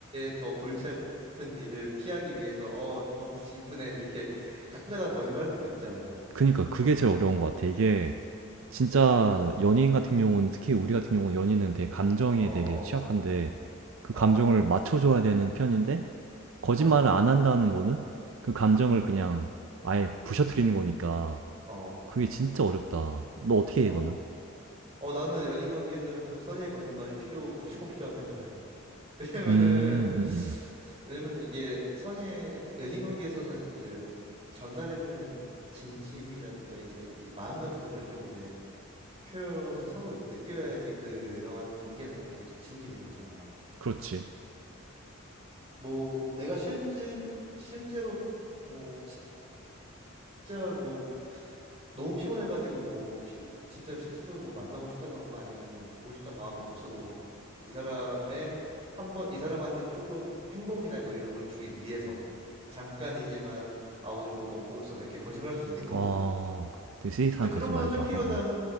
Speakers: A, on the right; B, on the right.
A: 더 골치 아픈 일을 피하기 위해서 어 머리 이쁘네 이렇게 가끔가다 거짓말할 때도 있잖아.
B: 그니까 그게 제일 어려운 것 같아. 이게 진짜 연예인 같은 경우는 특히 우리 같은 경우는 연예인은 되게 감정에
A: 어어
B: 되게 취약한데 그
A: 어
B: 감정을 맞춰줘야 되는 편인데 거짓말을
A: 어
B: 안 한다는 거는 그 감정을
A: 음
B: 그냥 아예 부셔뜨리는 거니까
A: 어
B: 그게 진짜 어렵다. 너 어떻게
A: 어
B: 해, 너는?
A: 어, 나는 연인 관계에서는 좀 선의의 거짓말이 필요, 무조건 필요하다 생각을 해. 왜냐면은,
B: 음, 음, 음.
A: 왜냐면은 이게 선의의, 연인 관계에서는 이제 전달해주는 진심이라든가 이제 이 마음 같은 거를 좀 이제 표현을 서로 이제 느껴야지 그러한 관계나 이런 게 지속이 되는 거잖아.
B: 그렇지.
A: 뭐, 내가 실질, 실제로 뭐, 진짜 뭐, 너무 피곤해가지고 뭐 비- 진짜로 실질적으로 뭐 만나고 싶다던가 아니면은 뭐 보고 싶단 마음이 없어도 이 사람의 한번 이 사람한테 조금 행복이나 뭐 이런 걸 주길 위해서 잠깐이지만 아 오늘 뭐 너무 보고 싶다 뭐 이렇게 거짓말할 수 있는 거고
B: 아, 되게 세이사한
A: 근데 그런
B: 거짓말이다.
A: 거는 좀 필요하다
B: 어, 어.